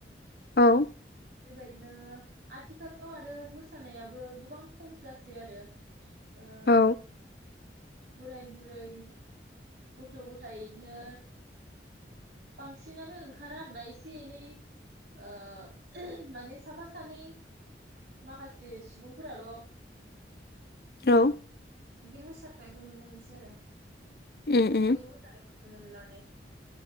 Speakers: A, on the left; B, on the right.
A: औ
B: बेबायदिनो आथिखालाव आरो मोसानायाबो गोबां खम जासै आरो । ओं
A: औ
B: बोराय बुरै गथ गथाय इदिनो बांसिनानो ओंखारा आरोना एसे एनै ओ माने साफा सानै माखासे सुबुंफोराल
A: औ
B: इदि मोसानायखौ नुनो मोनसै आरो ।
A: उम उम
B: बयबो मोसानायखौ । नुनो मोनला माने ।